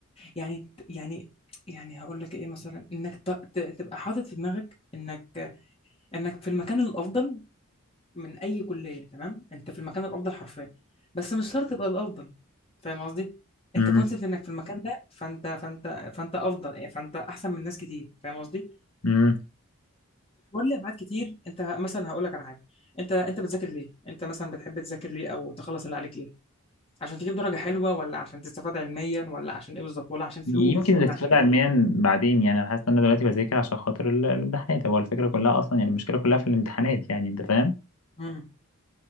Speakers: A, on the left; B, on the left.
A: يعني يعني يعني هقول لك ايه مثلا انك ت- ت- تبقى حاطط في دماغك انك انك في المكان الافضل من اي كلية تمام انت في المكان الافضل حرفيا بس مش شرط تبقى الافضل فاهم قصدي انت
B: م-
A: كونسبت انك في المكان ده فانت فانت فانت افضل يعني فانت احسن من ناس كتير فاهم قصدي
B: م.
A: ولي ابعاد كتير انت مثلا هقول لك على حاجه انت انت بتذاكر ليه انت مثلا بتحب تذاكر ليه او تخلص اللي عليك ليه عشان تجيب درجه حلوه ولا عشان تستفاد علميا ولا عشان ايه بالظبط ولا عشان فلوس
B: يمكن الاستفادة
A: ولا عشان ايه
B: علميا بعدين يعني أنا حاسس إن أنا دلوقتي بذاكر عشان خاطر ال- الامتحانات هو الفكرة كلها أصلا يعني المشكلة كلها في الامتحانات يعني أنت فاهم
A: امم